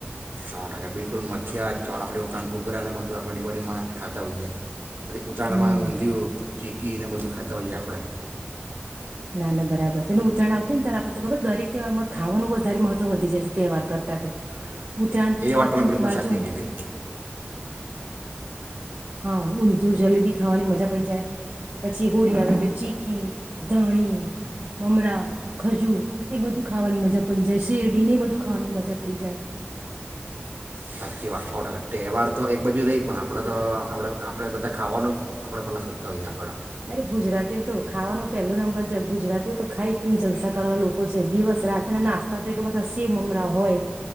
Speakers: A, on the right (about 70°); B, on the right (about 55°).
A: <unintelligible> બલકુલ <unintelligible> ઉરાણ કુકરા અનેને બધું આપણે ડિવાળીમાં ખાતા હોઈએ પછી ઉતરાણમાં
B: હમ
A: <unintelligible> ચીકી એને બધું ખાતા હોઈએ આપણે. <unintelligible>
B: ના ના બરાબર છે, ને ઉતરાણ આવતું ને ત આપ તો ખબર દરેક તહેવારમાં. ખાવાનું વધારે મહત્વ વધી જાય છે, તહેવાર કરતા ત ઉતરાયણ
A: એ વાત
B: પતંગ
A: તમે બિલકુલ
B: તો બાજુ
A: સાચી કીધી
B: હા ઉ જો જલેબી ખાવાની મજા પડી જાય પછી. પછી હોળી આવે તો ચીકી ધાણી મમરા ખજૂર એ બધું ખાવાની મજા પડી જાય શેરડી ને એ બધું ખાવાની મજા પડી જાય.
A: સાચી <unintelligible> ટકા તહેવાર તો એક બાજુ રહી પણ આપણે તો આપણે આપણે બધા ખાવાનું જ આપણે પહેલાં <unintelligible> હો ગયા આપણે.
B: અરે ગુજરાતીઓ તો ખાવાનું પેલું નંબર છે, ગુજરાતીઓ તો ખાઈ પીને જલસા કરવા લોકો છે, દિવસ રાત અને નાસ્તા તો એટલા બધા શેવ મમરા હોય